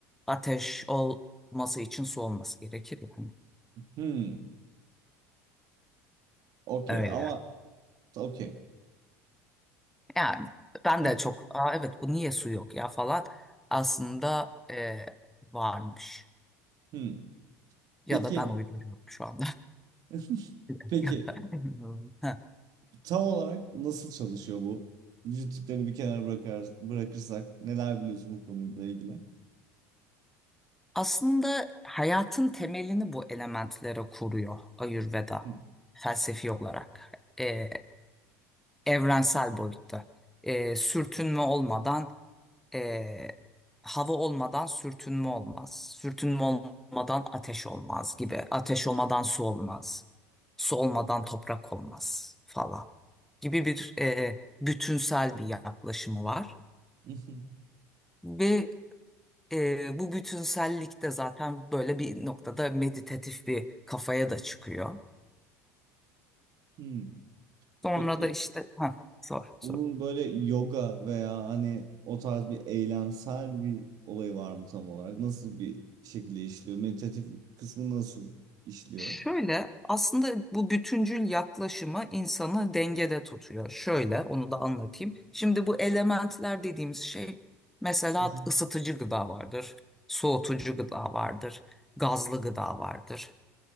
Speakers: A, in the centre; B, on the right (about 55°).
A: ateş olması için su olması gerekir yani.
B: hmm. Okey
A: Öyle.
B: ama okey.
A: Yani ben
B: <laughs>
A: de çok Aa, evet bu niye su yok ya falan aslında e, varmış.
B: Hmm.
A: Ya
B: Peki
A: da ben uyduruyorum şu anda.
B: <laughs>
A: <laughs>
B: peki
A: Heh.
B: tam olarak nasıl çalışıyor bu? Vücut tiplerini bir kenara bırakar, bırakırsak neler biliyorsun bu konuyla ilgili?
A: Aslında hayatın temelini bu elementlere kuruyor Ayurveda
B: Hmm.
A: felsefi olarak. E, evrensel boyutta. E, sürtünme olmadan e, hava olmadan sürtünme olmaz. Sürtünme olmadan ateş olmaz gibi. Ateş olmadan su olmaz. Su olmadan toprak olmaz falan gibi bir e, bütünsel bir yaklaşımı var.
B: <laughs>
A: Ve e, bu bütünsellik de zaten böyle bir noktada meditatif bir kafaya da çıkıyor.
B: Hmm.
A: Sonra
B: Peki,
A: da işte ha, sor, sor.
B: Bunun böyle yoga veya hani o tarz bir eylemsel bir olayı var mı tam olarak? Nasıl bir şekilde işliyor? Meditatif kısmı nasıl işliyor?
A: Şöyle aslında bu bütüncül yaklaşımı insanı dengede tutuyor. Şöyle onu da anlatayım. Şimdi bu elementler dediğimiz şey mesela
B: <laughs>
A: ısıtıcı gıda vardır, soğutucu gıda vardır, gazlı gıda vardır,